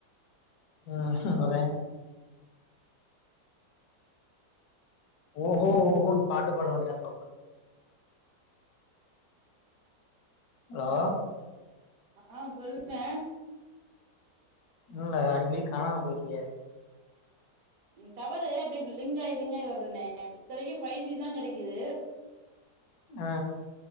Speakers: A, on the left; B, on the right.
A: ம் ஹும் அதா ஓஹோ ஓஹோனு பாட்டு பாட வேண்டிதா அப்பப்ப ஹலோ
B: வா ஆ சொல்லுணே
A: இல்ல அடிக்கடி காணா போயிறிய
B: ம் டவரு அப்டி லிங்காயி லிங்காயி வருதுனே இத்தனைகு பைவ் ஜி தா கடைக்கிது
A: ஆ